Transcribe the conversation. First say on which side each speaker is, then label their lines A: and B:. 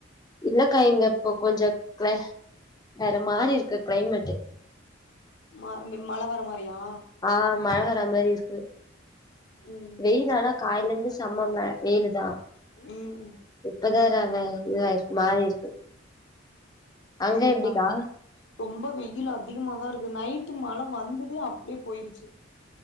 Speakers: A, on the left; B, on the left.
A: இல்லக்கா இங்க இப்போ கொஞ்சோ கிள வேற மாறி இருக்கு கிளைமேட்டு
B: <unintelligible> மழ வர மாரியா
A: அ மழ வர மாரி இருக்கு
B: ம்
A: வெயிலானா
B: சேரி சேரி
A: கால்லருந்து செம்மங்க வெயிலுதா
B: ம்
A: இப்பதா <unintelligible> மாறி இருக்கு
B: சேரிப்பா
A: அங்க எப்டிக்கா
B: ரொம்ப வெயில் அதிகமா தா இருக்கு நைட்டு மழ வந்துது அப்டியே போயிருச்சு